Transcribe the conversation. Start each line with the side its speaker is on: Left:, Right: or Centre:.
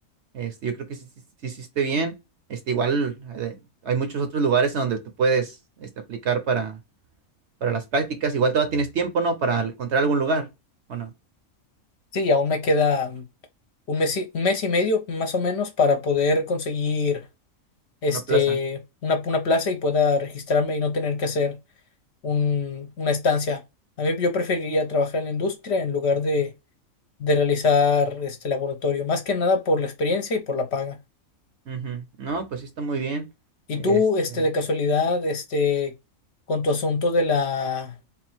Right: Este, yo creo que sí, sí- sí hiciste bien. Este, igual eh, hay muchos otros lugares en donde tú puedes este, aplicar para, para las prácticas. Igual todavía tienes tiempo, ¿no? Para encontrar algún lugar, ¿o no?
Left: Sí, aún me queda un mes y, un mes y medio más o menos para poder conseguir este,
Right: Una plaza.
Left: una, una plaza y pueda registrarme y no tener que hacer un, una estancia. A mí yo preferiría trabajar en la industria en lugar de, de realizar este laboratorio, más que nada por la experiencia y por la paga.
Right: Ujú. No, pues sí está muy bien.
Left: Y
Right: Este.
Left: tú, este, de casualidad, este, con tu asunto de la,